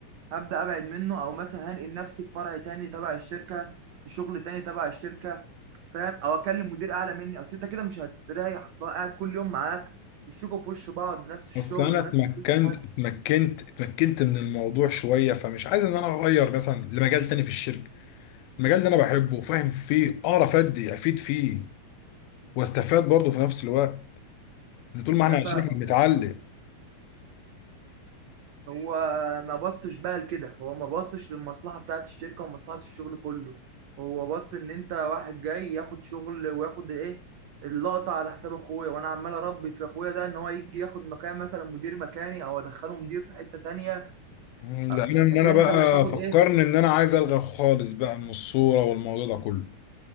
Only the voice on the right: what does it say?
هبدا ابعد منه او مثلا هنقل نفسي في فرع تاني تبع الشركه في شغل تاني تبع الشركه فاهم او اكلم مدير اعلى مني اصل انت كده مش هتستريح اصل هو قاعد كل يوم معاك وشكوا في وش بعض نفس الشغل
نفس كل حاجه
انا
فاهمك
آه. هو ما بصش بقى لكده هو ما بصش للمصلحه بتاعت الشركه ومصلحه الشغل كله هو بص ان انت واحد جاي ياخد شغل وياخد ايه اللقطه على حساب اخويا وانا عمال اربي في اخويا ده ان هو يجي ياخد مكان مثلا مدير مكاني او ادخله مدير في حته تانيه
آه، فانت
كده
انت اللي هتاخد
ايه